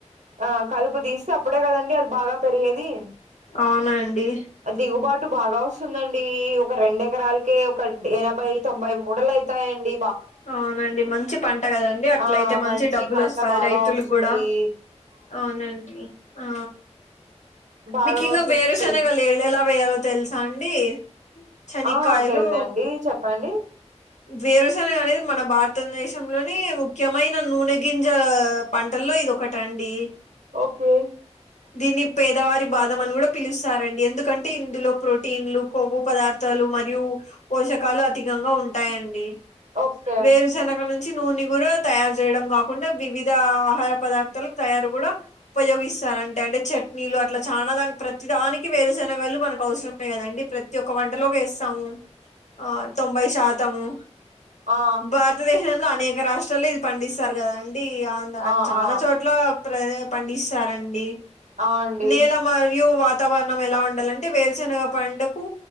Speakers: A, on the right; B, on the left.
A: ఆ కలుపు తీస్తే అప్పుడే కదండి అది బాగా పెరిగేది
B: అవునండి
A: దిగు బట్ టు బాగా ఓస్తుందండి ఒక రెండ ఎకరాలకే ఒక ఎనభై తొంభై మూడలయితాయండి
B: అవునండి మంచి పంట కదండి అట్ల
A: ఆ
B: అయితే మంచి డబ్బులు
A: పంట
B: ఓస్తది
A: బాగా
B: రైతులకు
A: వస్తుంది
B: గుడా అవునండి ఆ
A: బాగా
B: మీకు ఇంగ
A: వస్తుంది
B: వేరు సెనగలేదిఎలా వేయాలో తెలుసా అండి శనక్కాయలు
A: ఆ తెలిదండి చెప్పండి
B: వేరుసెనగ అనేది మన భారతదేశంలోని ముఖ్యమైన నూనె గింజా పంటల్లో ఇది ఒకట అండి
A: ఓకే
B: దీన్ని పేదవారి బాదమని కూడా పిలుస్తారండి ఎందుకంటే ఇందులో ప్రోటీన్లు క్రొవ్వు పదార్థాలు మరియు పోస షాకాలు అధికంగా ఉంటాయండి
A: ఓకే
B: వేరు శనగ నుంచి మంచి నూనె కూడా తయారు చేయడం కాకుండా వివిధ ఆహార పదార్థాల తయారు కూడా ఉపయోగిస్త సార అంటే అంటే చట్నీలు అట్లా చాలనా దానికి ప్రతి దానికి వేరుసనగాళ్ళలు మనకు అవసరమే కదండి ప్రతి ఒక్క వంటలోకి వేస్తాము ఆ తొంభై శాతము
A: ఆ
B: భారతదేశ అనేక రాష్ట్రాల్లో ఇది పండిస్తారు కదా అండింధ
A: ఆ ఆ
B: చాలా చోట్ల ప్ర పండిస్తారండి
A: ఆ అండి
B: నేల మరియు వా తావరణం ఎలా ఉండాలంటే వేరుశనగ పడుకు